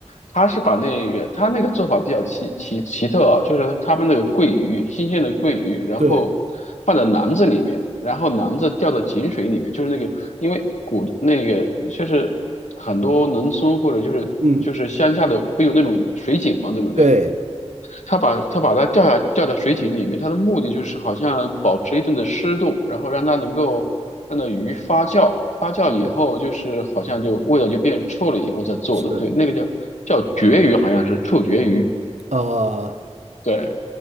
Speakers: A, on the left (about 85°); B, on the right (about 80°).
A: 它是把那个它那个做法比较奇奇奇特啊，就是他们那个鳜鱼，新鲜的鳜鱼，然后
B: 对，
A: 放在篮子里面，然后篮子掉到井水里面，就是那个，因为古的那个就是很多农村或者就是就是乡下的不有那种水井嘛，
B: 嗯，
A: 对不对？
B: 对，
A: 他把他把它掉下掉在水井里面，它的目的就是好像保持一定的湿度，然后让它能够让那鱼发酵，发酵以后就是好像就味道就变臭了以后再做的，
B: 嗯，是，
A: 对，那个叫叫绝鱼，好像是臭绝鱼，
B: 啊
A: 对。